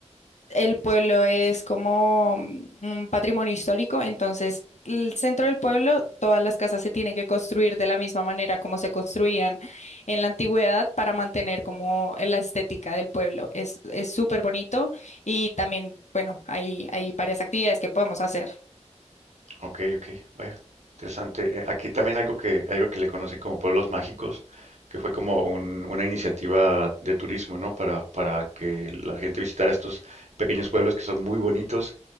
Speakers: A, on the left (about 75°); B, on the right (about 70°).
A: el pueblo es como mm, un patrimonio histórico, entonces el centro del pueblo, todas las casas se tienen que construir de la misma manera como se construían en la antigüedad para mantener como la estética del pueblo. Es, es súper bonito y también, bueno, hay, hay varias actividades que podemos hacer.
B: Ok, ok, vaya, interesante. Eh, Aquí también algo que, algo que le conocen como pueblos mágicos, que fue como un- una iniciativa de turismo, ¿no? Para, para que la gente visitara estos pequeños pueblos que son muy bonitos.